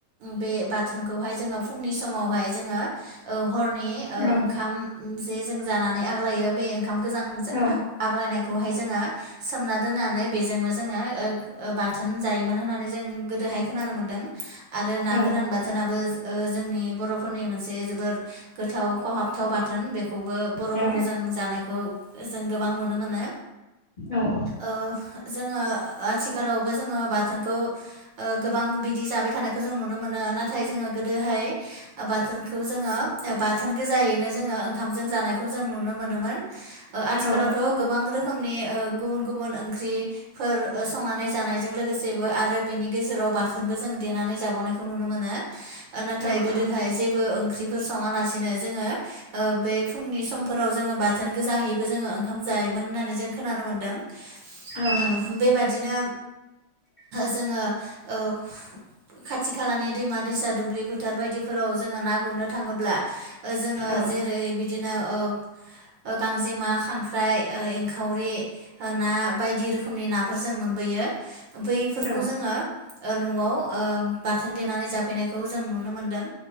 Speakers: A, on the right (about 65°); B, on the left (about 30°).
A: बे बाथोनखौहाय जोङो फुंनि समावहाय जोङो हरनि ओ
B: औ
A: ओंखाम जे जों जानानै आग्लायो बे ओंखाम गोजां
B: औ
A: आग्लायनायखौहाय जोङो सोमना दोननानै बेजोंनो जोङो बाथोन जायोमोन होननानै जों गोदोहाय खोनानो मोन्दों आरो ना
B: औ
A: गोरान बाथोनाबो ओ जोंनि बरफोरनि मोनसे जोबोर गोथाव खहाबथाव बाथोन बेख खौबो बरफोरखौ
B: औ
A: जों जानायखौ जों गोबां नुनो मोनो
B: औ
A: ओ जोङो आथिखाल आथिखालावबो जोङो बाथोनखौ गोबां बिदि जाबाय थानाय जों नुनो मोनो नाथाय जोङो गोदोहाय बाथोनखौ जोङो बाथोन गोजायैनो जोङो ओंखामजों जानायखौ जों नुनो मोनोमोन आथिखालावथ
B: औ
A: गोबां रोखोमनि ओ गुबुन गुबुन ओंख्रिफोर संनानै जानायजों लोगोसेबो आरो बेनि गेजेराव बाथोनबो जों देनानै जाबावनायखौ नुनो मोनो नाथाय
B: औ
A: गोदो जेबो ओंख्रि सङालासिनो जोङो ओ बे फुंनि समफोराव जोङो बाथोन गोजाहैबो जोङ ओंखाम जायो मोन होननानै जों खोनानो मोन्दों
B: औ
A: ओ
B: नंगौ
A: बेबादिनो
B: <unintelligible>
A: जोङो ओ खाथि खालानि दैमा दैसा दुब्लि फोथार बायदिफोराव जोङो ना गुरनो थाङोब्ला ओ जोङो
B: औ
A: जोेरै बिदिनो ओ गांजेमा खांख्राइ एंखावरि ना बायदि रोखोमनि नाफोर जों मोनबोयो बैफोरखौ
B: औ
A: जोङो नआव ओ बाथोन देनानै जाफैनायखौ जों नुनो मोनदों